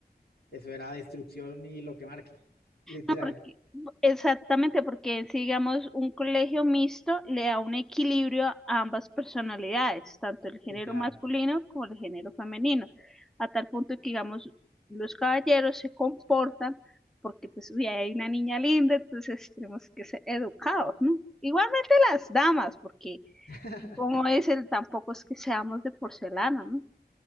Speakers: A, on the left; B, in the centre.
A: eso era destrucción y lo que marque, literal
B: No, porque, exactamente, porque si digamos un colegio mixto le da un equilibrio a ambas personalidades, tanto el género
A: Sí, claro.
B: masculino como el género femenino, a tal punto que digamos los caballeros se comportan porque pues uy, hay una niña linda, entonces tenemos que ser educados, ¿no? Igualmente las damas, porque
A: <laughs>
B: como es el tampoco es que seamos de porcelana, ¿no?